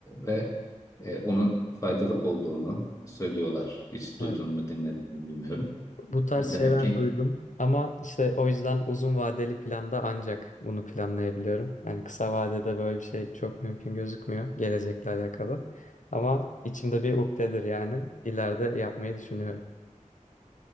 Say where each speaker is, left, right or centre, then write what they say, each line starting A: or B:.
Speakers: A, on the left; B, on the left.
A: ve e, onun faydalı olduğunu söylüyorlar. Hiç duydun
B: Evet.
A: mu dinledin mi bilmiyorum.
B: Bu tarz
A: E, Demek
B: şeyler
A: ki
B: duydum. Ama işte o yüzden uzun vadeli planda ancak bunu planlayabiliyorum. Yani kısa vadede böyle bir şey çok mümkün gözükmüyor gelecekle alakalı. Ama içimde bir ukdedir yani. İleride yapmayı düşünüyorum.